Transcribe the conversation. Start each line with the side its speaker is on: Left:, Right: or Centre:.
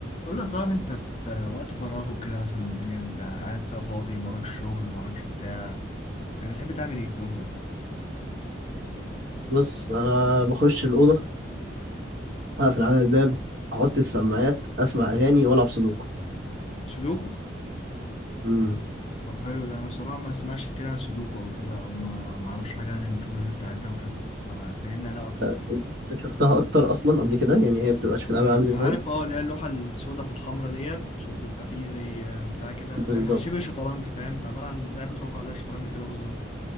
Left: قول لي يا صاحبي انت في وقت فراغ وكده مثلا الدنيا انت قاعد فيها فاضي مراكش شغل مراكش بتاع يعني بتحب تعمل ايه في الوقت ده
Right: بص انا بخش الاوضه اقفل على الباب احط السماعات اسمع اغاني والعب سودوكو
Left: سودوكو
Right: امم
Left: طب حلو ده انا بصراحة ما اسمعش كتير عن السودوكو او كده او ما ما اعرفش حاجة عن الرولز بتاعتها وكده فا- فهمني عليها اكتر
Right: انت شفتها اكتر اصلا قبل كده يعني هي بتبقى شكلها عامل ازاي
Left: انا عارف اه اللي هي اللوحة السوداء في الحمرة ديت وبيبقى فيه زي بتاع كده
Right: بالظبط
Left: زي شبه شطرنج فاهم عبارة عن لعبة رقعة زي الشطرنج كده بالظبط